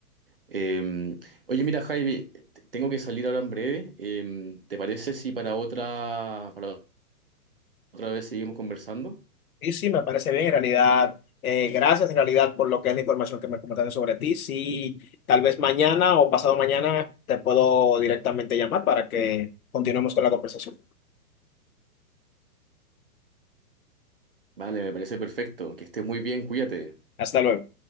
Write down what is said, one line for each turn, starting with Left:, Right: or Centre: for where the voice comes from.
Right: Eh, oye, mira, Javi, te- tengo que salir ahora en breve. Eh, ¿te parece si para otra, para otra vez seguimos conversando?
Left: Y sí, me parece bien, en realidad. eh, gracias, en realidad, por lo que es la información que me comentaste sobre ti. Sí, tal vez mañana o pasado mañana te puedo directamente llamar para que continuemos con la conversación.
Right: Vale, me parece perfecto. Que estés muy bien, cuídate.
Left: Hasta luego.